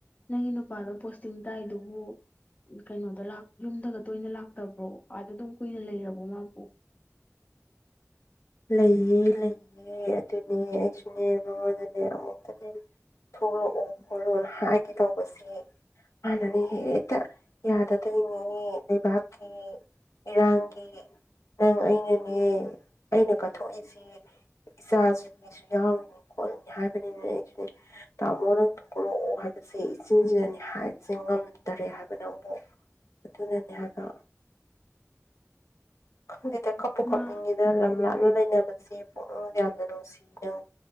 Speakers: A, on the left (about 30°); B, on the left (about 70°).
A: ꯅꯪꯒꯤ ꯅꯨꯄꯥꯗꯣ ꯄꯣꯁꯇꯤꯡ ꯇꯥꯏꯗꯨꯕꯨ ꯀꯩꯅꯣꯗ ꯂꯥꯛ ꯌꯨꯝꯗꯒ ꯇꯣꯏꯅ ꯂꯥꯛꯇꯕ꯭ꯔꯣ ꯑꯗ ꯑꯗꯨꯝ ꯀꯨꯏꯅ ꯂꯩꯔꯕꯣ ꯃꯥꯕꯨ
B: ꯂꯩꯌꯦ ꯂꯩꯌꯦ ꯑꯗꯨꯅꯦ ꯑꯩꯁꯨꯅꯦ ꯃꯉꯣꯟꯗꯅꯦ ꯑꯃꯨꯛꯇꯅꯦ ꯊꯣꯛꯂꯛꯑꯣ ꯈꯣꯠꯂꯣꯅ ꯍꯥꯏꯒꯦ ꯇꯧꯕꯁꯦ ꯍꯥꯟꯅꯅꯦ ꯍꯦꯛꯇ ꯌꯥꯗꯗꯣꯏꯅꯦ ꯂꯩꯕꯥꯛꯀꯤ ꯏꯔꯥꯡꯒꯤ ꯅꯪ ꯑꯩꯅꯅꯦ ꯑꯩꯅ ꯀꯠꯊꯣꯛꯏꯁꯤ ꯏꯆꯥꯁꯤꯡ ꯃꯤꯁꯨ ꯌꯥꯎꯔꯤꯅꯤ ꯈꯣꯠꯂꯤꯅꯤ ꯍꯥꯏꯕꯅꯤꯅꯅꯦ ꯑꯩꯁꯨꯅꯦ ꯇꯥꯃꯣ ꯅꯪ ꯊꯣꯛꯂꯛꯑꯣ ꯍꯥꯏꯕꯁꯦ ꯏꯆꯤꯟꯁꯤꯅꯅꯦ ꯍꯥꯏꯕꯁꯦ ꯉꯝꯗꯔꯦ ꯍꯥꯏꯕ ꯅꯪꯕꯣ ꯑꯗꯨꯅꯅꯦ ꯍꯥꯏꯕ ꯈꯪꯗꯦꯗ ꯀꯞꯄꯨ
A: ꯃꯥ
B: ꯀꯞꯅꯤꯡꯢꯗ ꯂꯩꯅꯕꯁꯦ ꯄꯨꯛꯅꯤꯡ ꯌꯥꯝꯅ ꯅꯨꯡꯁꯤ ꯅꯪ